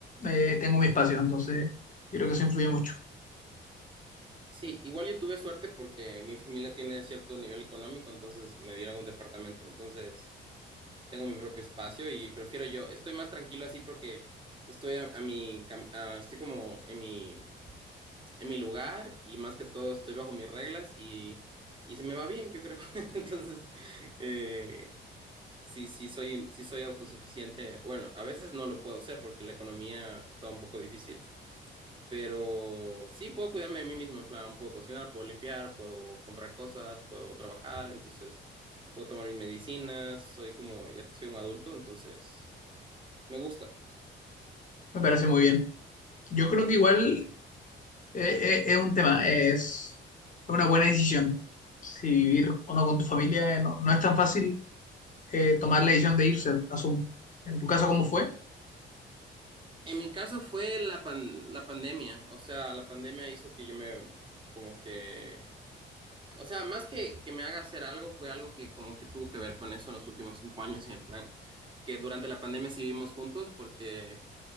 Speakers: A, on the left; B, on the right.
A: eh, tengo mi espacio, entonces yo creo que eso influye mucho,
B: Sí, igual yo tuve suerte porque mi familia tiene cierto nivel económico, entonces me dieron un departamento, entonces tengo mi propio espacio y prefiero yo, estoy más tranquilo así porque estoy a, a mi, cam- a- estoy como en mi, en mi lugar y más que todo estoy bajo mis reglas y, y se me va bien, yo creo. <laughs> Entonces, eh, sí, sí soy, sí soy autosuficiente. Bueno, a veces no lo puedo ser porque la economía está un poco difícil. Pero sí puedo cuidarme de mí mismo, en plan, puedo cocinar, puedo limpiar, puedo comprar cosas, puedo trabajar, entonces puedo tomar mis medicinas, soy como, ya soy un adulto, entonces me gusta.
A: me parece muy bien. Yo creo que igual eh, eh, es un tema, es una buena decisión, si vivir o no con tu familia, eh, no, no es tan fácil eh, tomar la decisión de irse, asumo. En tu caso, ¿cómo fue?
B: En mi caso fue la pan- la pandemia, o sea, la pandemia hizo que yo me, como que, o sea, más que, que me haga hacer algo, fue algo que como que tuvo que ver con eso en los últimos cinco años, en el plan, que durante la pandemia sí vivimos juntos porque